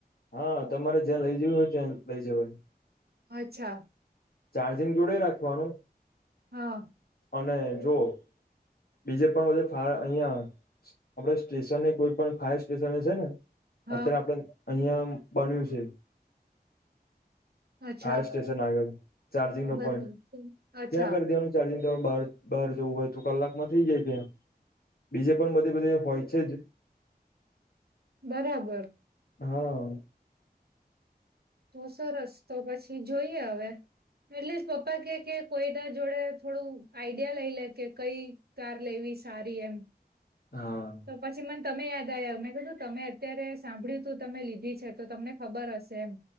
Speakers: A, on the left; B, on the right.
A: હા, તમારે જ્યાં લઈ જવી હોય ત્યાં લઈ જવાય.
B: અચ્છા.
A: ચાર્જિંગ જોડે રાખવાનું
B: હા
A: અને, જો બીજે પણ બધે ફાય, અહિયાં, આપડે સ્ટેશને કોઈ પણ ફાયર સ્ટેશને છે ને
B: હા
A: અત્યારે આપડે અહિયાં બન્યું છે.
B: અચ્છા
A: ફાયર સ્ટેશન આગળ ચાર્જિંગનો
B: બરાબર
A: પોઈન્ટ.
B: અચ્છા
A: ત્યાં કરી દેવાનું ચાર્જિંગ. બાર બહાર જવું હોય, તો કલાકમાં થઇ જાય ત્યાં. બીજે પણ બધે બધી હોય છે જ
B: બરાબર.
A: હા.
B: તો સરસ તો પછી જોઈએ હવે એટલે પપ્પા કે કે કોઈ. બધા જોડે થોડું આઈડિયા લઈ લે કે કઈ કાર લેવી સારી એમ.
A: હા.
B: તો પછી મને તમે યાદ આયા મેં કધું તમે અત્યારે સાંભળ્યું તું તમે લીધી છે તો તમને ખબર હશે એમ.